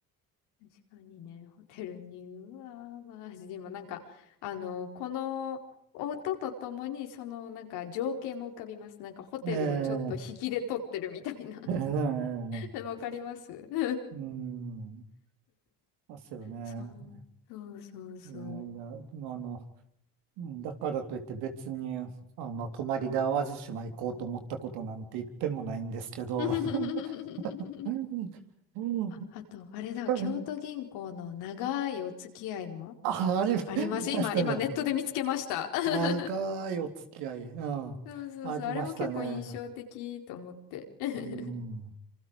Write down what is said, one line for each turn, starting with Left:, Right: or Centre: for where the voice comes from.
Left: 確かにね、ホテルに、うわー、マジで今なんか、あの、この音とともに、そのなんか情景も浮かびます。なんかホテルをちょっと引きで撮ってるみたいな。
Right: ええ、ええ、
Left: <laughs> わかります <laughs>
Right: うん、ますよね。
Left: そう、そうそうそう。
Right: いやいや、まああの、うんだからといって別に、あの、泊まりで淡路島行こうと思ったことなんて一遍もないんですけど、
Left: <laughs>
Right: <laughs> うんう
Left: あ、あと、あれだ、京都銀行の長いお付き合いも
Right: んあ、あり
Left: あります。
Right: ましたね。
Left: 今、今ネットで見つけました。<laughs>
Right: 長いお付き合い。うん。
Left: そうそうそう、
Right: ありましたね。
Left: あれも結構印象的と思って。うん
Right: うん。